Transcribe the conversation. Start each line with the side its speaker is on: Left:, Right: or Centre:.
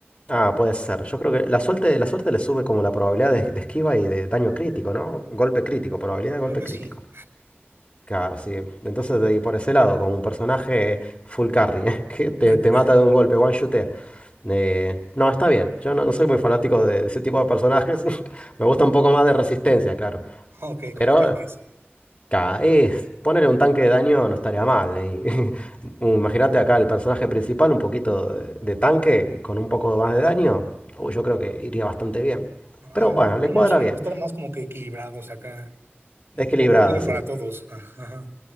Left: Ah, puede ser. Yo creo que la suerte, la suerte le sube como la probabilidad de, de esquiva y de daño crítico, ¿no? Golpe crítico, probabilidad de golpe
Right: Creo que
Left: crítico.
Right: sí.
Left: Claro, sí. Entonces, de- y por ese lado, con un personaje full carry, <laughs> que te,
Right: <laughs>
Left: te mata de un golpe, one shotea. Eh, no, está bien. Yo no, no soy muy fanático de, de ese tipo de personajes. <laughs> Me gusta un poco más de resistencia, claro.
Right: Ok,
Left: Pero
Right: como tanques.
Left: Ca- Es ponerle un tanque de daño no estaría mal. ahí. <laughs> Un- Imagínate acá el personaje principal, un poquito de, de tanque y con un poco más de daño. Uy, yo creo que iría bastante bien. Pero
Right: A mí,
Left: bueno, le
Right: a mí
Left: cuadra
Right: me suelen
Left: bien.
Right: gustar más como que equilibrados acá. Un
Left: Equilibrado,
Right: poco bueno
Left: sí.
Right: para todos. Ajá.